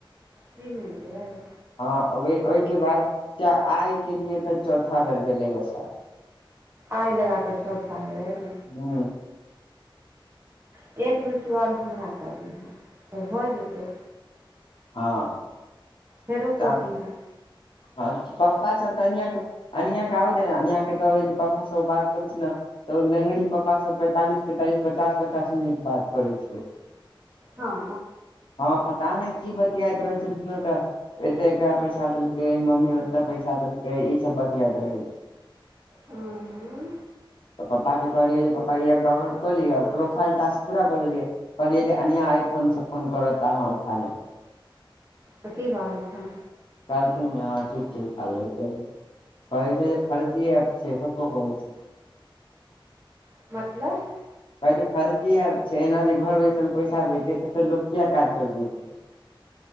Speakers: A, on the right; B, on the left.
A: तीने बेर
B: हँ ओहिके बाद आइ केलिए तऽ चौथा बेर भेलै या शयद
A: आइ लगा क चौथा बेर
B: हू
A: त एक बेर तू आओरो हमरा कऽ दिहे तऽ भऽ जेतौ
B: हँ
A: फेरो
B: तऽ
A: कऽ दिहे
B: हँ पप्पा तऽ अनया के अनया आबै दही जे पप्पा से बात करै छै ने तऽ लेंगड़ी पापा से पैंतालीस पैंतालीस पचास पचास मिनट बात करै छै
A: हँ
B: हँ पता नहि की बतियात रहै छै दुनू टा एते एकरा पैसा देलकै मम्मी ओते पैसा देलकै ई सब बतियात रहै छै
A: हू उ
B: तऽ पपाके कहलियै जे पपा ई एफ डाउनलोड कऽ लिय प्रोफाइल टास्क पुरा क देलये कहलियै जे अनिआ आइ फोन सँ फोन करत त आहाँ उठा लेब
A: त की कहलखुन
B: कहलखिन हँ ठीक छै उठा लेबै कहियो कहै छै जे फर्जी एफ छै कको कहै छै
A: मतलब
B: कहै छै फर्जी एफ छै एना जे घर बैसल पैसा द‌ए छै तऽ फेर लोक किया काज पर जेतै